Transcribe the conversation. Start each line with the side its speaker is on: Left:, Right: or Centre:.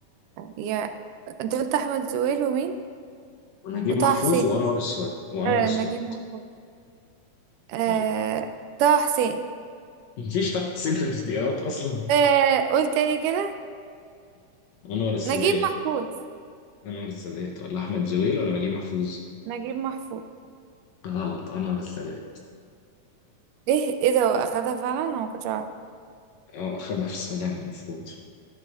Right: يا انت قلت احمد زويل ومين
Left: ونجيب
Right: وطه
Left: محفوظ
Right: حسين
Left: وأنور السادات وأنور
Right: آه
Left: السادات
Right: نجيب محفوظ آه
Left: غلط
Right: طه حسين
Left: مفيش تحسين في الاختيارات أصلا
Right: آه قول تاني كده
Left: أنور السادات
Right: نجيب محفوظ
Left: أنور السادات ولا أحمد زويل ولا نجيب محفوظ؟
Right: نجيب محفوظ
Left: غلط أنور السادات
Right: ايه ايه ده واخدها فعلا انا ما كنتش اعرف
Left: أه خدها في السلام المفروض